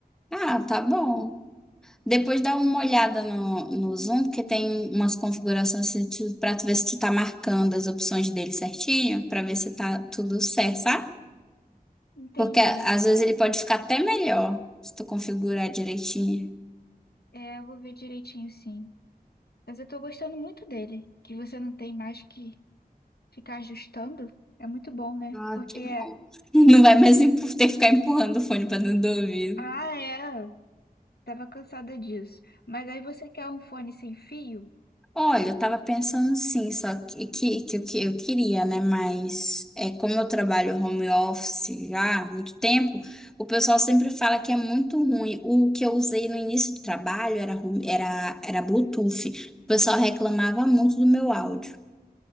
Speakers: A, in the centre; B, on the left.
A: Ah, tá bom. Depois dá uma olhada no, no Zoom, porque tem umas configurações assim, tu- pra tu ver se tu tá marcando as opções dele certinho, pra ver se tá tudo certo, sabe?
B: Entendi.
A: Porque às vezes
B: eu-
A: ele pode ficar até melhor, se tu configurar direitinho.
B: É, eu vou ver direitinho, sim. Mas eu tô gostando muito dele, que você não tem mais que ficar ajustando. É muito bom, né?
A: Ah,
B: Porque
A: que
B: é,
A: bom. <laughs> Não vai mais empu- ter que ficar empurrando o fone pra dentro do ouvido.
B: ah, é, tava cansada disso. Mas aí você quer um fone sem fio?
A: Olha, eu tava pensando sim, só que, que, que, eu que eu queria, né? Mas é como eu trabalho home office já há muito tempo, o pessoal sempre fala que é muito ruim. O que eu usei no início do trabalho era, home- era, era Bluetooth. O pessoal reclamava muito do meu áudio.